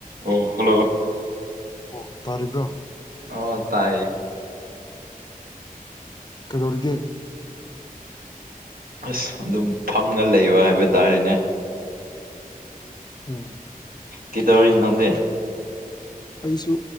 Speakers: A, on the right; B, on the left.
A: ꯑꯣ ꯍꯜꯂꯣ
B: ꯑꯣ ꯇꯥꯔꯤꯕ꯭ꯔꯣ
A: ꯑꯣ ꯇꯥꯏꯌꯦ
B: ꯀꯩꯗꯧꯔꯤꯒꯦ
A: ꯑꯁ ꯑꯗꯨꯝ ꯐꯝꯅ ꯂꯩꯕ ꯍꯥꯏꯕ ꯇꯥꯔꯦꯅꯦ
B: ꯎꯝ
A: ꯀ ꯇ ꯑꯣꯏꯔꯤ ꯅꯗꯃꯦ
B: ꯑꯩꯁꯨ